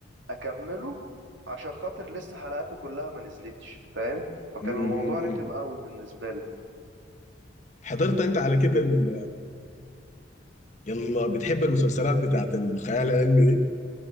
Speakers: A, on the right; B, on the left.
A: أكمله عشان خاطر لسه حلقاته كلها ما نزلتش فاهم فكان
B: امم
A: الموضوع رخم قوي بالنسبة لي
B: حضرت انت على كده ال... يلا بتحب المسلسلات بتاعت الخيال العلمي دي